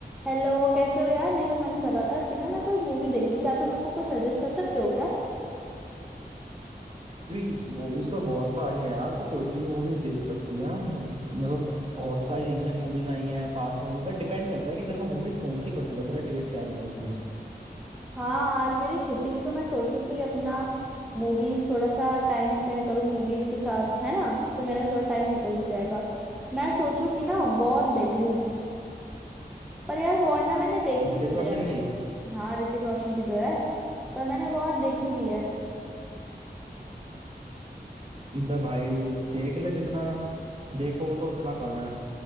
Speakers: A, in the centre; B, on the right (about 35°).
A: हेलो कैसे हो यार मेरा मन कर रहा था कि ना मैं कोई मूवी देख लूं क्या तुम मेरे को कोई सजेस्ट कर सकते हो क्या
B: Movies movies तो बहुत सारी हैं यार तो कोई सी भी मूवीज देख सकती है इस- मतलब बहुत सारी रिसेंट मूवीज आई हैं पास मूवी पर डिपेंड करता है कि तेरे को मूवीज कौन सी पसंद है तेरा टेस्ट क्या है मूवीज में
A: हाँ आज मेरी छुट्टी थी तो मैं सोचूं कि अपना मूवीज थोड़ा सा टाइम स्पेंड करूं मूवीज के साथ है ना तो मेरा थोड़ा टाइम निकल भी जाएगा मैं सोचूं कि ना वॉर देख लूं पर यार वॉर ना मैंने देखी
B: ऋतिक
A: हुई
B: रोशन
A: है
B: की
A: हाँ ऋतिक रोशन की जो है पर मैंने वॉर देखी हुई है
B: बे भाई देख ले जितना देखो तो उतना कम है